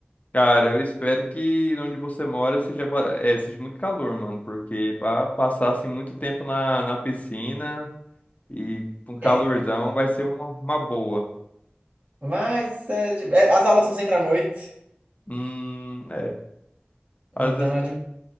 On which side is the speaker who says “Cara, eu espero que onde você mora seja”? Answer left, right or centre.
Left